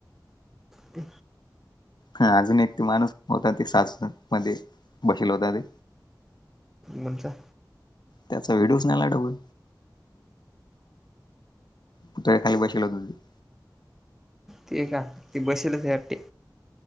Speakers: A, in the centre; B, on the left (about 65°).
A: ते.
B: हा अजून एक ते माणूस होता, ते सास मध्ये बसेल होता ते
A: मज्जा.
B: त्याचा व्हिडिओच नाही आला डबल. कुठ खाली बशिवलेल तीथ.
A: ते का ते बसेल <unintelligible>